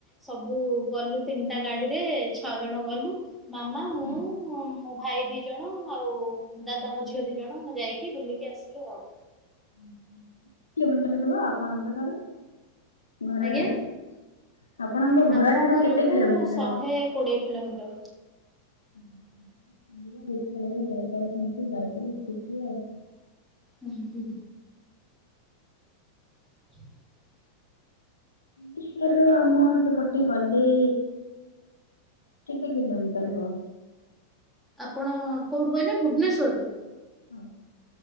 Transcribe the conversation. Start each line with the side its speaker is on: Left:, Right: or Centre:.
Centre: ସବୁ ଗଲୁ ତିନିଟା ଗାଡିରେ ଛଅ ଜଣ ଗଲୁ ମାମା।
Left: ହୁଁ।
Centre: ହଁ ମୋ ଭାଇ ଦି ଜଣ ଆଉ ଦାଦାଙ୍କ ଝିଅ ଦି ଜଣ ଯାଇକି ବୁଲିକି ଆସିଲୁ ଆଉ।
Left: ଓ ହୋ କେତେ କିଲୋମିଟର ହେବ ଆପଣଙ୍କ ଠାରୁ। ଘରଠାରୁ
Centre: ଆଜ୍ଞା
Left: ଆପଣଙ୍କ ଘରଠାରୁ
Centre: ଆମ ଘରଠୁ
Left: କେତେ କିଲୋମିଟର
Centre: ଶହେ
Left: ହେବ।
Centre: କୋଡିଏ କିଲୋମିଟର
Left: <unintelligible>
Centre: ହୁଁ ହୁଁ। <inaudible>
Left: ହୁଁ ପୁରୀ ରୁ ଆମ ସେପଟେ ଗଲେ। କେତେ କିଲୋମିଟର ହବ।
Centre: ଆପଣ କୋଉଠୁ କହିଲେ ଭୁବନେଶ୍ୱରରୁ।
Left: ହଁ।